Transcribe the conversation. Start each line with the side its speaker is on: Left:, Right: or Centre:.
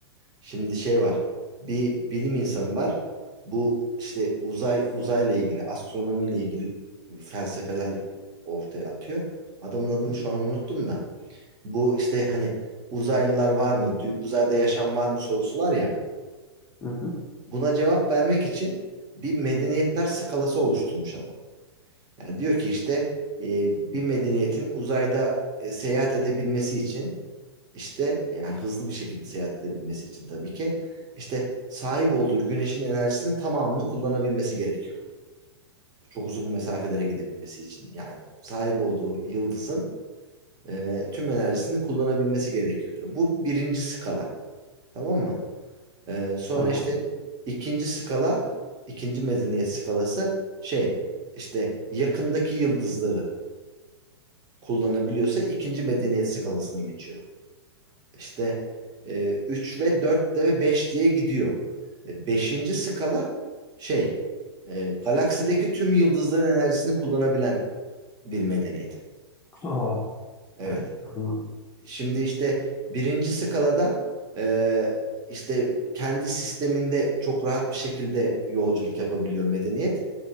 Right: Şimdi şey var. Bir bilim insanı var. Bu işte uzay uzayla ilgili, astronomiyle ilgili felsefeler ortaya atıyor. Adamın
Left: Hı
Right: adını
Left: hı.
Right: şu an unuttum da. Bu işte hani uzaylılar var mı, dü- uzayda yaşam var mı sorusu var ya.
Left: hı hı.
Right: Buna cevap vermek için bir medeniyetler skalası oluşturmuş adam. Yani diyor ki işte e, bir medeniyetin uzayda e, seyahat edebilmesi için işte yani hızlı bir şekilde seyahat edebilmesi için tabii ki işte sahip olduğu güneşin enerjisinin tamamını kullanabilmesi gerekiyor. Çok uzun mesafelere gidebilmesi için. Yani sahip olduğu yıldızın e, tüm enerjisini kullanabilmesi gerekiyor diyor. Bu birinci skala. Tamam mı? E, sonra
Left: Tamam.
Right: işte ikinci skala, ikinci medeniyet skalası şey işte yakındaki yıldızları kullanabiliyorsa ikinci medeniyet skalasına geçiyor. İşte e, 3 ve 4 de ve 5 diye gidiyor. E, Beşinci skala şey e, galaksideki tüm yıldızların enerjisini kullanabilen bir medeniyet.
Left: Oh,
Right: Evet.
Left: evet, anladım.
Right: Şimdi işte birinci skalada e, işte kendi sisteminde çok rahat bir şekilde yolculuk yapabiliyor medeniyet.